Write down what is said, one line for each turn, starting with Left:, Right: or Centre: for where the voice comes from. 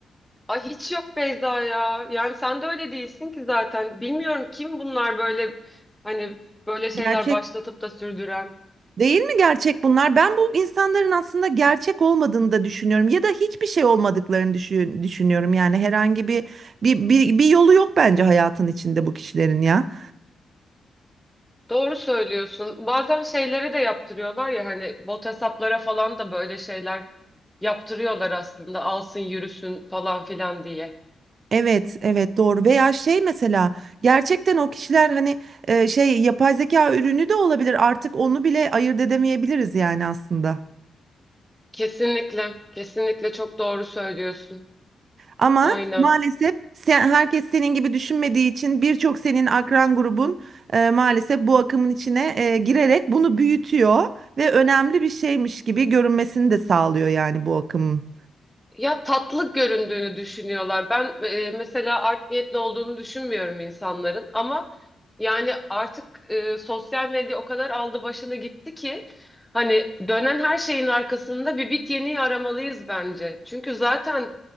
Centre: Ay hiç yok Beyza ya. Yani sen de öyle değilsin ki zaten. Bilmiyorum kim bunlar böyle hani böyle şeyler
Right: Gerçek
Centre: başlatıp da sürdüren.
Right: Değil mi gerçek bunlar? Ben bu insanların aslında gerçek olmadığını da düşünüyorum ya da hiçbir şey olmadıklarını düşün- düşünüyorum. Yani herhangi bir, bir bir bir yolu yok bence hayatın içinde bu kişilerin ya.
Centre: Doğru söylüyorsun. Bazen şeyleri de yaptırıyorlar ya hani bot hesaplara falan da böyle şeyler yaptırıyorlar aslında alsın yürüsün falan filan diye.
Right: Evet, evet doğru. Veya şey mesela gerçekten o kişiler hani e, şey yapay zeka ürünü de olabilir. Artık onu bile ayırt edemeyebiliriz yani aslında.
Centre: Kesinlikle, kesinlikle çok doğru söylüyorsun.
Right: Ama
Centre: Aynen.
Right: maalesef sen, herkes senin gibi düşünmediği için birçok senin akran grubun e, maalesef bu akımın içine e, girerek bunu büyütüyor ve önemli bir şeymiş gibi görünmesini de sağlıyor yani bu akımın.
Centre: Ya tatlı göründüğünü düşünüyorlar. Ben e, mesela art niyetli olduğunu düşünmüyorum insanların ama yani artık e, sosyal medya o kadar aldı başını gitti ki hani dönen her şeyin arkasında bir bit yeniği aramalıyız bence. Çünkü zaten